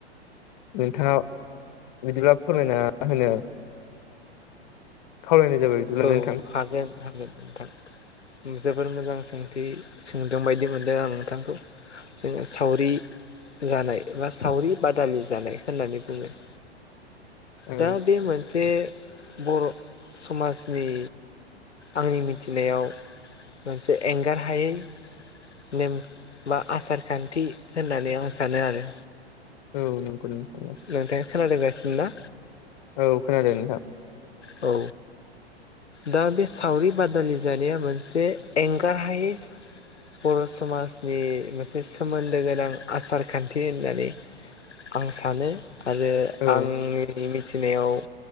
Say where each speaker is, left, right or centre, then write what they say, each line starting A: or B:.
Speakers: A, on the left; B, on the left.
A: नोंथाङा बिदिब्ला फोरमायना होनो खावलायनाय जाबाय बिदिब्ला
B: औ
A: नोंथां।
B: हागोन हागोन। नोंथां जोबोर मोजां सोंथि सोंदों बायदि मोनदों आङो नोंथांखौ जोङो सावरि जानाय बा सावरि बादालि जानाय होननानै बुङो।
A: औ
B: दा बे मोनसे बर' समाजनि आंनि मिथिनायाव मोनसे एंगार हायै नेम बा आसार खान्थि होननानै आं सानो आरो।
A: औ नंगौ नोंथां।
B: नोंथाङा खोनादोंगासिनो ना।
A: औ खोनादों नोंथां
B: औ दा बे सावरि बादालि जानाया मोनसे एंगारहायै बर' समाजनि मोनसे सोमोन्दो गोनां आसार खान्थि होननानै आं सानो आरो
A: औ
B: आंनि मिथिनायाव